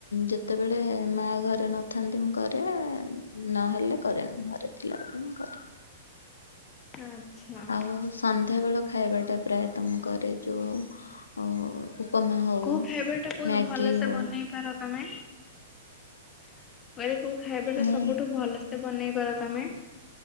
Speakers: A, on the left; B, on the left.
A: ଯେତେବେଳେ ମା ଘରେ ନଥାନ୍ତି ମୁଁ କରେ ନହେଲେ କରେନି ଘରେ। ଥିଲାବେଳେ ମୁଁ କରେନି।
B: ଆଚ୍ଛା।
A: ଆଉ ସନ୍ଧ୍ୟାବେଳ ଖାଇବାଟା ପ୍ରାୟତଃ ମୁଁ କରେ ଯୋଉ ଅ ଉପମା ହଉ
B: କୋଉ ଖାଇବା ଟା ବହୁତ
A: ମ୍ୟାଗି
B: ଭଲସେ
A: ହଉ।
B: ବନେଇ ପାର ତମେ କହିଲି କୋଉ ଖାଇବାଟା
A: ମୁଁ
B: ସବୁଠୁ ଭଲ ଏତେ ବନେଇପାର ତମେ?